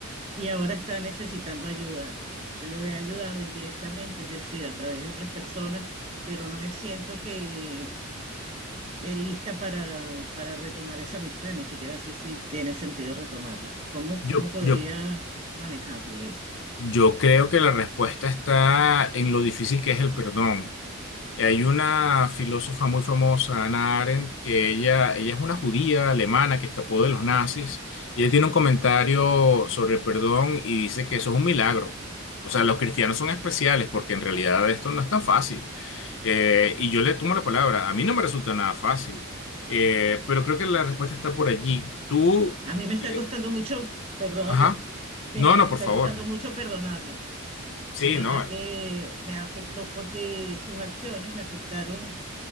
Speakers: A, on the right (about 30°); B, on the left (about 60°).
A: y ahora está necesitando ayuda. Lo he ayudado indirectamente, es decir, a través de otras personas, pero no me siento que eh, lista para, para retomar esa amistad, ni siquiera sé si tiene sentido retomarla. ¿Cómo,
B: Yo,
A: cómo podría
B: yo,
A: manejarlo eso?
B: yo creo que la respuesta está en lo difícil que es el perdón. Eh, Hay una filósofa muy famosa, Hannah Arendt, que ella, ella es una judía alemana que escapó de los nazis y ella tiene un comentario sobre el perdón y dice que eso es un milagro. O sea, los cristianos son especiales porque en realidad esto no es tan fácil. Eh, y yo le tomo la palabra, a mí no me resulta nada fácil, Eh, pero creo que la respuesta está por allí. Tú,
A: A mí me está
B: eh,
A: costando mucho, perdona
B: ajá,
A: que me
B: no, no,
A: está
B: por favor.
A: costando mucho perdonarlo.
B: Sí,
A: De verdad
B: no, eh,
A: que me afectó porque sus acciones me afectaron